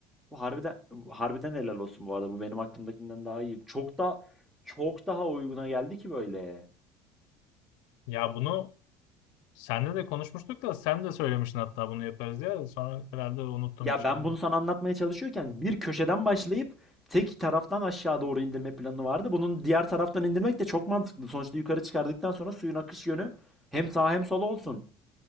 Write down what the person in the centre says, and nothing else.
Bu harbiden bu harbiden helal olsun bu arada. Bu benim aklımdakinden daha iyi. Çok da çok daha uyguna geldi ki böyle.
Ya
ben bunu sana anlatmaya çalışıyorken bir köşeden başlayıp tek taraftan aşağı doğru indirme planı vardı. Bunun diğer taraftan indirmek de çok mantıklı. Sonuçta yukarı çıkardıktan sonra suyun akış yönü hem sağa hem sola olsun.